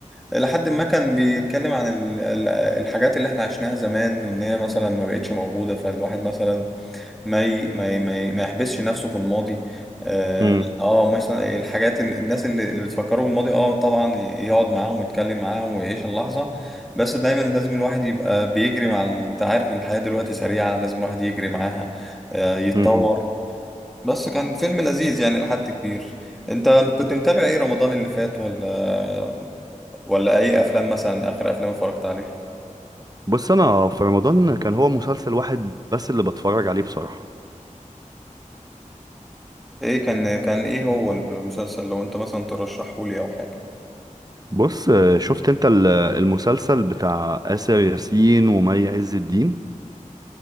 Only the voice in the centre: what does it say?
لحد ما كان بيتكلم عن ال... ال- الحاجات اللي احنا عشناها زمان وان هي مثلا ما بقتش موجوده فالواحد مثلا ما ي... ما ي... ما, ي... ما يحبسش نفسه في الماضي اه
لا، آه، مثلا الحاجات ال... الناس اللي... اللي بتفكروا بالماضي اه طبعا ي- يقعد معاهم ويتكلم معاهم ويعيش اللحظه بس دايما لازم الواحد يبقى بيجري مع ال- انت عارف الحياه دلوقتي سريعه لازم الواحد يجري معاها آه، يتطور
بس كان فيلم لذيذ يعني لحد كبير انت كنت متابع ايه رمضان اللي فات ولا ولا اي افلام مثلا اخر افلام اتفرجت عليها
ايه كان كان ايه هو المسلسل لو انت مثلا ترشحه لي او حاجه